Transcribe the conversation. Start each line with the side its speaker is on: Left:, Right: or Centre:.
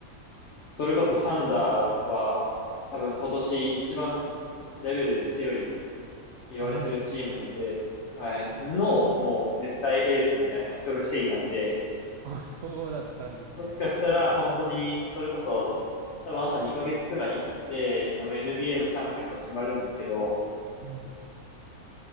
Left: それこそサンダーは、多分今年一番レベルで強いって言われてるチームなんで、
Right: あ、マジですか
Left: はい、の、もう絶対エースみたいな人がセイなんで、
Right: あ、そうだったんですね。
Left: もしかしたら、本当に、それこそ、多分あと2ヶ月くらいで、多分 NBA のチャンピオンが決まるんですけど、
Right: うん。